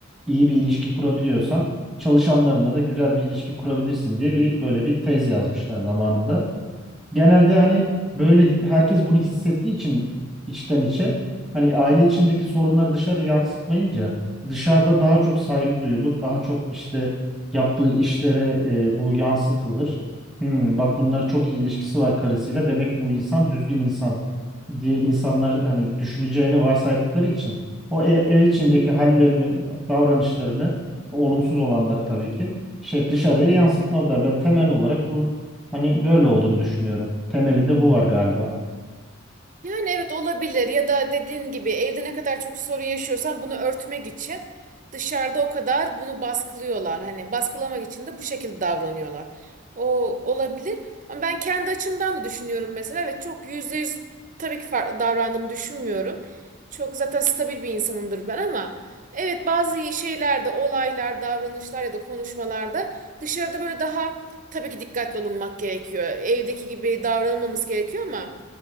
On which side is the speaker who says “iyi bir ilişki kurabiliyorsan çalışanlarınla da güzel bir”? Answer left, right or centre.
Centre